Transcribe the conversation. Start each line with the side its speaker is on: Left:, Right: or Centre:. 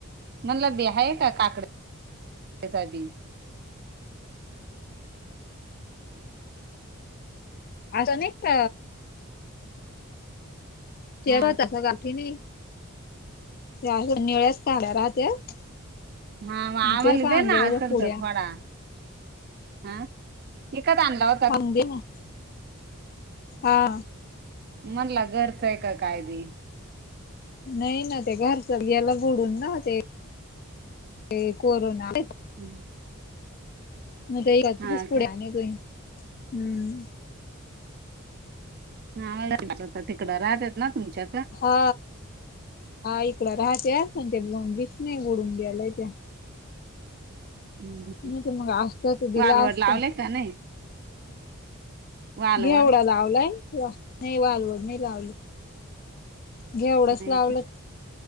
Right: म्हणलं बी हाय का काकडी साठी?
Left: आस निगत तेरा
Right: हा
Left: त्या अजून निळ्या कळ्या राहत्यात.
Right: हा मंं आम्हाला
Left: तेच आणलं
Right: देे ना
Left: पाहिजे
Right: असल
Left: पुड्या
Right: तर थोडा. हा ईकत आणला ओ!
Left: थांब दे ना, हा.
Right: म्हणला घरचं आहे का काय बी?
Left: नाही ना ते घरच गेल बुडून ना ते ते कोरोना
Right: हम्म!
Left: मग ईकच
Right: हा
Left: पुड्या
Right: का
Left: अनितोय हम्म!
Right: हा तिकडं राहत्यात ना तुमच्या कड?
Left: हा हा इकड राहत्या ते बिस नाही बुडून गेले ते.
Right: हम्म.
Left: नाही तर मग असतं तर दिला
Right: वालवड
Left: असतं.
Right: लावले का नाही? वालवड
Left: घेवढा लावलाय नाही वालवड नाही लावली. घेवढंच
Right: नाही
Left: लावलंत